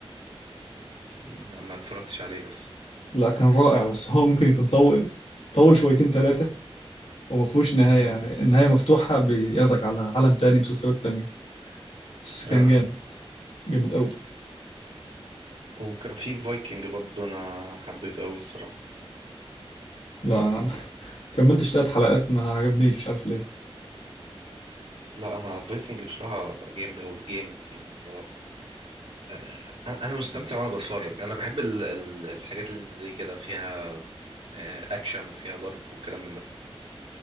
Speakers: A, on the right (about 85°); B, on the left (about 80°).
A: لا، ما اتفرجتش عليه لسه
B: لا كان رائع بس هو ممكن يكون طول طول شويتين ثلاثه وما فيهوش نهاية
A: مم.
B: يعني النهاية مفتوحة بياخدك على عالم تاني مسلسلات تانية بس كان
A: اه
B: جامد جامد قوي
A: وكان في فايكنج برضو انا حبيته قوي الصراحه
B: لا أنا <laughs> كملتش تلات حلقات ما عجبنيش مش عارف ليه
A: لا انا فايكنج بصراحه جامد قوي جامد يعني اللي هو آه، انا مستمتع وانا بتفرج انا بحب ال- ال- الحاجات اللي زي كده فيها آه، اكشن وفيها ضرب والكلام من ده